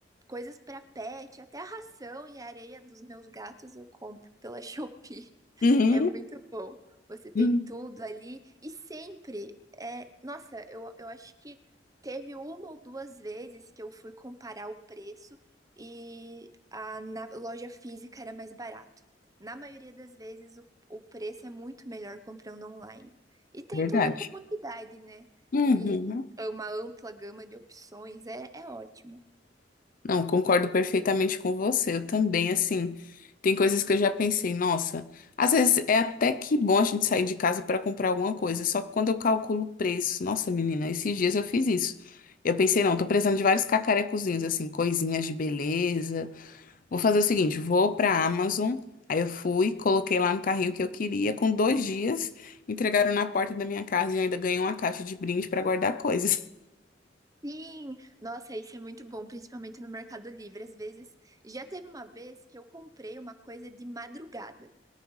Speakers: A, on the right; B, on the left.
A: coisas para pet, até a ração e a areia dos meus gatos eu compro pela <laughs> Shopee.
B: Uhum.
A: É muito bom. Você tem
B: Uhum.
A: tudo ali e sempre é, nossa, eu, eu acho que teve uma ou duas vezes que eu fui comparar o preço e a, na loja física era mais barato. Na maioria das vezes, o, o preço é muito melhor comprando online. E tem
B: Verdade.
A: toda a comodidade, né?
B: Uhum.
A: E uma ampla gama de opções, é, é ótimo.
B: Não, concordo perfeitamente com você. Eu também, assim, tem coisas que eu já pensei, nossa, às vezes é até que bom a gente sair de casa para comprar alguma coisa, só que quando eu calculo o preço, nossa, menina, esses dias eu fiz isso. Eu pensei, não, tô precisando de vários cacarecozinhos, assim, coisinhas de beleza. Vou fazer o seguinte, vou pra Amazon. Aí eu fui, coloquei lá no carrinho que eu queria, com dois dias, entregaram na porta da minha casa e eu ainda ganhei uma caixa de brinde para guardar coisas.
A: Sim, nossa, isso é muito bom, principalmente no Mercado Livre. Às vezes, já teve uma vez que eu comprei uma coisa de madrugada